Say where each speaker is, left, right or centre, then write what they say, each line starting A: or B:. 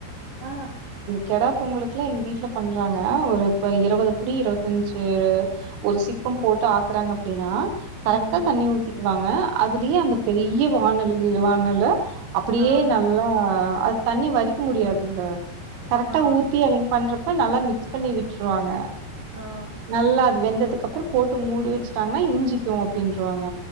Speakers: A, on the right; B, on the right.
A: ஆஹ்
B: கிடா பொங்கலுக்கெல்லாம் எங்க வீட்டுல பண்றாங்க ஒரு இப்ப இருபது புடி இருபத்தஞ்சு ஒரு சிப்பம் போட்டு ஆக்குறாங்க அப்படின்னா கரெக்டா
A: ம்
B: தண்ணி ஊத்தி வாங்க அதுலயே அந்த பெரிய வாணலிலவாங்கள அப்டியே
A: ஆ
B: நல்லா அது தண்ணி வடிக்க முடியாதில்ல கரெட்டா
A: ஆ
B: ஊத்தி அவிங்க பண்றப் அப்ப நல்லா மிக்ஸ் பண்ணி விட்டுருவாங்க
A: ஆ
B: நல்லா அது வெந்ததுக்கு அப்புறோ போட்டு மூடி வச்சுட்டாங்னா இஞ்சிக்கு அப்டின்றாங்க